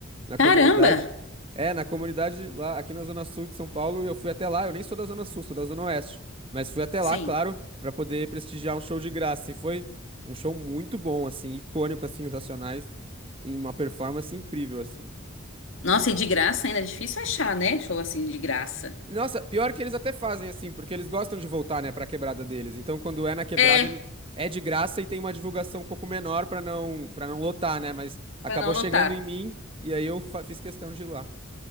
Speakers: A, on the right (about 25°); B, on the left (about 70°).
A: na comunidade.
B: Caramba!
A: É, na comunidade lá, aqui na Zona Sul de São Paulo, eu fui até lá, eu nem sou da Zona Sul, sou da Zona Oeste, mas fui até
B: Sim.
A: lá, claro, pra poder prestigiar um show de graça. E foi um show muito bom, assim, icônico, assim, os Racionais, em uma performance incrível, assim.
B: Nossa, e de graça ainda é difícil achar, né? Show assim de graça.
A: Nossa, pior que eles até fazem assim, porque eles gostam de voltar, né, pra quebrada deles. Então, quando é na quebrada,
B: É,
A: ele é de graça e tem uma divulgação um pouco menor pra não para não lotar, né? Mas acabou
B: pra não lotar.
A: chegando em mim e aí eu fa- fiz questão de ir lá.